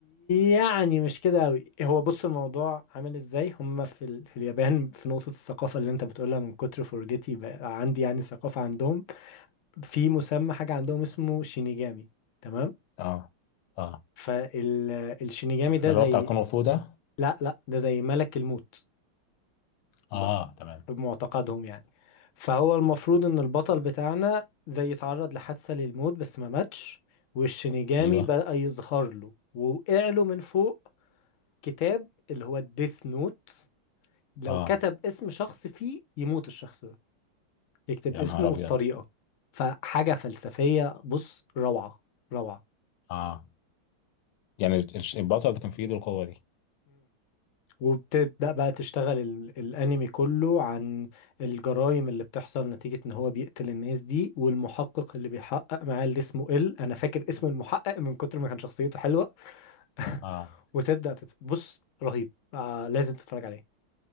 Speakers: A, on the left (about 65°); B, on the left (about 85°).
A: يعني مش كده قوي هو بص الموضوع عامل ازاي هم في ال... في اليابان في نقطة الثقافة اللي انت بتقولها من كتر فرجتي بقى عندي يعني ثقافة عندهم في مسمى حاجة عندهم اسمه شينيجامي تمام
B: اه اه
A: فالشينيجامي ده
B: ده اللي
A: زي
B: هو بتاع الكونغ فو ده
A: لا لا ده زي ملك الموت ب-
B: اه تمام
A: بمعتقدهم يعني فهو المفروض ان البطل بتاعنا زي اتعرض لحادثة للموت بس ما ماتش والشينيجامي
B: ايوه
A: بدأ يظهر له ووقع له من فوق كتاب اللي هو الديس نوت لو
B: اه
A: كتب اسم شخص فيه يموت الشخص ده يكتب
B: يا
A: اسمه
B: نهار
A: والطريقة
B: أبيض
A: فحاجة فلسفية بص روعة روعة
B: اه يعني الش- البطل اللي كان في إيده القوة دي
A: وبتبدأ بقى تشتغل ال- الأنمي كله عن الجرائم اللي بتحصل نتيجة إن هو بيقتل الناس دي والمحقق اللي بيحقق معاه اللي اسمه إل أنا فاكر اسم المحقق من كتر ما كان شخصيته حلوة <laughs>
B: اه
A: وتبدأ تت... بص رهيب آه لازم تتفرج عليه